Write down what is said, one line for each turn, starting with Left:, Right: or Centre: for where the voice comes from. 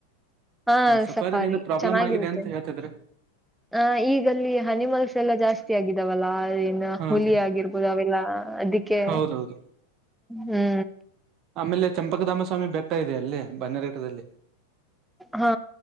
Centre: ಹಾ
Right: ಸಫಾರಿದ
Centre: ಸಫಾರಿ
Right: ಏನೋ ಪ್ರಾಬ್ಲಮ್
Centre: ಚೆನ್ನಾಗಿರುತ್ತೆ.
Right: ಆಗಿದೆ ಅಂತ ಹೇಳ್ತಿದ್ರೆ
Centre: ಹಾ ಈಗಲ್ಲಿ ಅನಿಮಲ್ಸ್ ಎಲ್ಲಾ ಜಾಸ್ತಿ ಆಗಿದಾವಲ್ಲಾ
Right: ಹಾ
Centre: ಹುಲಿ
Right: ಅದೇ
Centre: ಆಗಿರ್ಬೋದು ಅವೆಲ್ಲಾ ಅದಕ್ಕೆ
Right: ಹೌದೌದು
Centre: ಹುಂ
Right: ಆಮೇಲೆ ಚಂಪಕಧಾಮಸ್ವಾಮಿ ಬೆಟ್ಟಾ ಇದೆ ಅಲ್ಲಿ ಬನ್ನೆರಘಟ್ಟದಲ್ಲಿ
Centre: ಹಾ